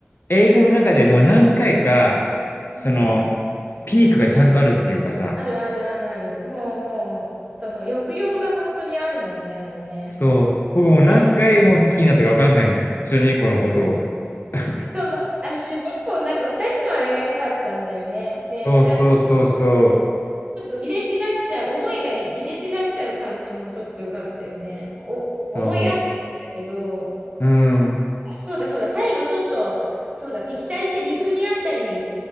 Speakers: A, on the left (about 55°); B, on the right (about 30°).
A: 映画の中でもう何回か、
B: うん
A: その、ピークがちゃんとあるっていうかさ、
B: あるあるあるある。もうもう、その抑揚が本当にあるもんね、あれね。
A: そう、僕もう何回も好きになったかわかんないもん。
B: 常に
A: 主人公のことを。<laughs>
B: そうそう。あの、主人公なんか二人のあれが良かったんだよね。で、
A: そうそうそうそう。
B: なんか、ちょっと入れ違っちゃう、思いが入れ違っちゃう感じもちょっと良かったよね。お、思い合ってるんだけど、
A: そう。うん。
B: そうだそうだ、最後ちょっと、そうだ、敵対して憎み合ったり、